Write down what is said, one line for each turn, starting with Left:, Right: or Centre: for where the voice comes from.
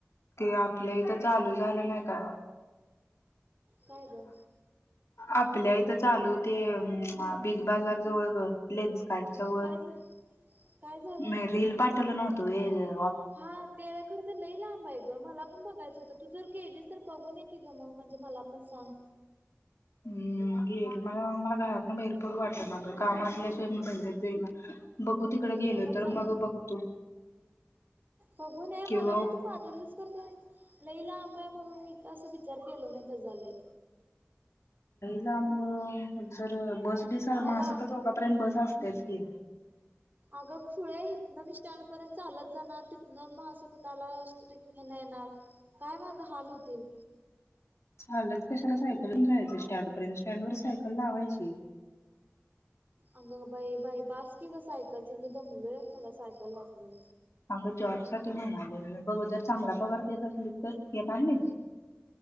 Left: ते आपलं इथं चालू झालं नाही का?
Right: काय ग
Left: आपल्या इथं चालूते? बिग बाजार जवळ लेनस काच्या व
Right: काय झा काय झालंय
Left: म रील पाठवलं नव्हत. <unintelligible>
Right: हा ते वेखर ते लै लाव बाई गं मला पण बघाचं होतं त. जर गेलीस तर बघू नी ग मग म्हणजे मला पण सांग
Left: हम् घेईल मला मला घरातन बैरपडू वाटलं ना काम असल्याशिवाय बाहेर पडता येऊना. बघू तिकड
Right: हा
Left: गेलो तर
Right: जा
Left: मग बघतो.
Right: बघूनय मला
Left: किंवा
Right: पण तू पाठवलीस कर का लई लांब हाय म्हणून ं अस विचार केल नाही. त झालय.
Left: लांब जर ब
Right: मला
Left: महासत्त चौका पर्य बस अस त्याच की.
Right: अगं खुळे इत ना मिस् ्टड पर्यंत चालत जाणार तिथनं महासत्ताला हे न येणार काय माझ हाल होतील
Left: चालत कशाला सायकल घेवुन जायचं स्टँड पर्यंत स्टँड वर सायकल लावायची.
Right: अंग बाई-बाई बाासकी ग सायकल मी दमलोय मला सायकल वापरून.
Left: अगं जॉब साठी म्हणालोय मी, बघ जर चांगला पगार देत असलीत तर येणार नाहीस.